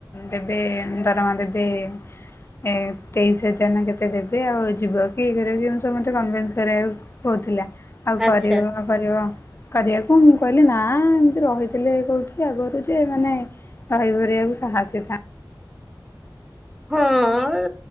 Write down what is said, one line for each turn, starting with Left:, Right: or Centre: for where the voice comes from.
Left: ଦେବେ ଦରମା ଦେବେ ଏ ତେଇଶ ହଜାର ନା କେତେ ଦେବେ ଆଉ ଯିବ କି ଇଏ କରିବ କି ସବୁ ମୋତେ କନଭେନ୍ସ କରିବାକୁ କହୁଥିଲା। ଆଉ କରିବ
Centre: ଆଚ୍ଛା
Left: କରିବ କରିବାକୁ ମୁଁ କହିଲି ନା ଏମିତି ରହିଥିଲେ କେଉଁଠି ଆଗରୁ ଯେ ମାନେ <unintelligible> ବାକୁ ସାହସି ଥା।
Centre: ହଁ ଏ